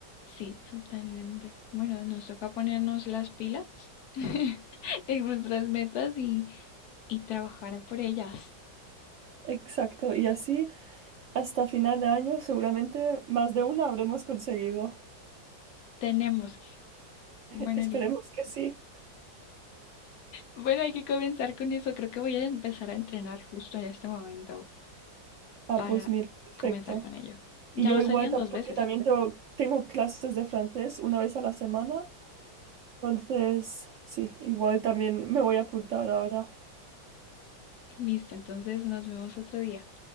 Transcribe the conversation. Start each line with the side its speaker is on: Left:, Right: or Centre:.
Left: Sí, totalmente. Bueno, nos toca ponernos las pilas <laughs> en nuestras metas y, y trabajar por ellas.
Right: Exacto, y así hasta final de año seguramente más de una habremos conseguido. <laughs>
Left: Tenemos que. Bueno,
Right: E- Esperemos
Left: Liz.
Right: que sí.
Left: Bueno, hay que comenzar con eso. Creo que voy a empezar a entrenar justo en este momento
Right: Ah,
Left: para
Right: pues mira, perfecto.
Left: comenzar con ello. Ya
Right: Y yo
Left: no
Right: igual,
Left: serían
Right: ta-
Left: dos
Right: porque
Left: veces.
Right: también tengo, tengo clases de francés una vez a la semana, entonces sí, igual también me voy a apuntar ahora.
Left: Listo, entonces nos vemos otro día.